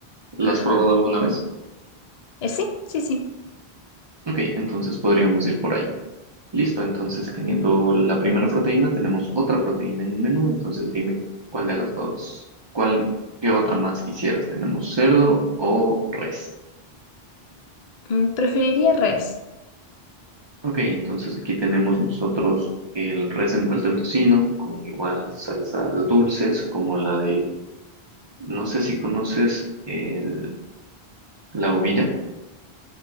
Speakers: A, on the right; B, on the left.
A: ¿La
B: Ajá.
A: has probado alguna vez?
B: Eh, sí, sí, sí.
A: Ok, entonces podríamos ir por ahí. Listo, entonces teniendo la primera proteína, tenemos otra proteína en el menú. Entonces dime cuál de las dos, cuál, qué otra más quisieras. ¿Tenemos cerdo o res?
B: Mm, preferiría res.
A: Ok, entonces aquí tenemos nosotros el res envuelto en tocino con igual salsas dulces como la de, no sé si conoces el, la uvilla.